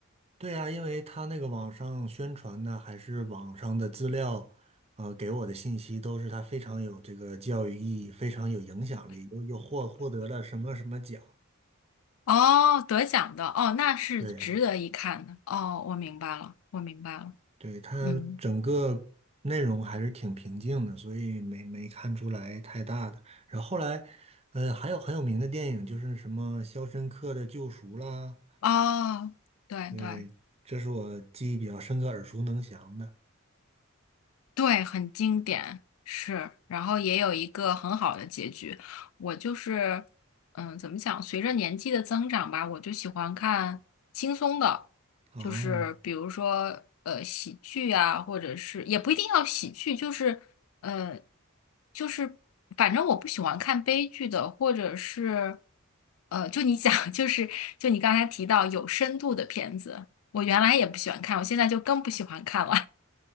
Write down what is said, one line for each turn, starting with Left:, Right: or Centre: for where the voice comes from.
Right: 对呀，因为他那个网上宣传的还是网上的资料，呃，给我的信息都是他非常有这个教育意义，非常有影响力，又又获获得了什么什么奖。
Left: 哦，得奖的，哦，那是值得一看的，
Right: 对呀，
Left: 哦，我明白了，我明白了，
Right: 对，他整个内容还是挺平静的，
Left: 嗯，
Right: 所以没没看出来太大的。然后后来，呃，还有很有名的电影就是什么《肖申克的救赎》啦，
Left: 哦，对对。
Right: 对，这是我记忆比较深刻、耳熟能详的。
Left: 对，很经典，是，然后也有一个很好的结局。我就是，嗯，怎么讲？随着年纪的增长吧，我就喜欢看轻松的，
Right: 啊
Left: 就是比如说呃喜剧啊，或者是也不一定要喜剧，就是呃就是反正我不喜欢看悲剧的，或者是呃就你讲 <laughs> 就是就你刚才提到有深度的片子，我原来也不喜欢看，我现在就更不喜欢看了。